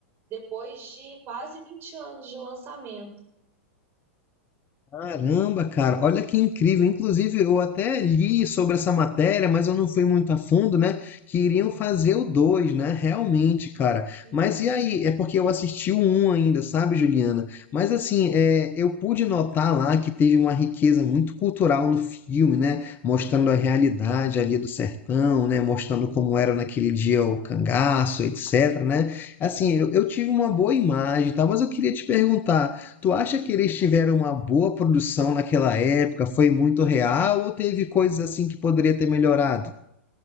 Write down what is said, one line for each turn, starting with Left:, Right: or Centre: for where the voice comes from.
Right: depois de quase 20 anos de lançamento.
Left: Caramba, cara, olha que incrível. Inclusive, eu até li sobre essa matéria, mas eu não fui muito a fundo, né? Que iriam fazer o 2, né? Realmente, cara.
Right: Uhum.
Left: Mas e aí? É porque eu assisti o 1 ainda, sabe, Juliana? Mas assim, é, eu pude notar lá que teve uma riqueza muito cultural no filme, né? Mostrando a realidade ali do sertão, né? Mostrando como era naquele dia o cangaço, etc, né? Assim, eu, eu tive uma boa imagem, tá? Mas eu queria te perguntar. Tu acha que eles tiveram uma boa produção naquela época? Foi muito real ou teve coisas assim que poderia ter melhorado?